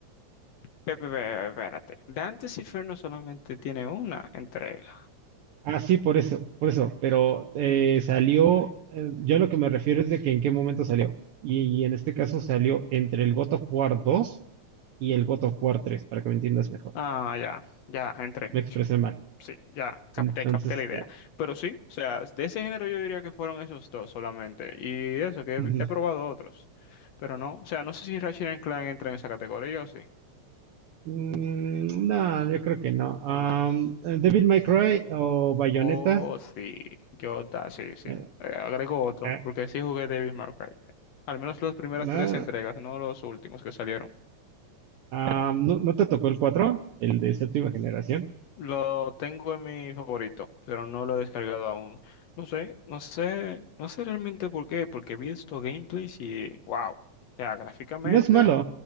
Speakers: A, on the left; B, on the right.
A: Pe- pe- pe- Espérate. Dante's Inferno solamente tiene una entrega.
B: Ah, sí, por eso, por eso. Pero eh, salió, eh, yo a lo que me refiero es de que en qué momento salió. Y, y en este caso salió entre el God of War 2 y el God of War 3, para que me entiendas mejor.
A: Ah, ya, ya, entré.
B: Me expresé mal.
A: Sí, ya capté,
B: Entonces,
A: capté la idea.
B: eh,
A: Pero sí, o sea, de ese género yo diría que fueron esos dos solamente. Y eso, que
B: ujú.
A: he, he probado otros. Pero no, o sea, no sé si Ratchet and Clank entra en esa categoría o sí.
B: mm, no, yo creo que no. Am,
A: Ah,
B: eh, Devil May Cry o Bayonetta,
A: oh, sí, yo, da, sí, sí.
B: eh,
A: Eh, agrego otro,
B: eh,
A: porque sí jugué Devil May Cry. Al menos las primeras
B: no,
A: tres entregas, no los últimos que salieron.
B: Am, ¿no, no te tocó el cuatro, El de séptima generación.
A: Lo tengo en mi favorito, pero no lo he descargado aún. No sé, no sé, no sé realmente por qué, porque he visto gameplays y wow. O sea, gráficamente,
B: No es malo.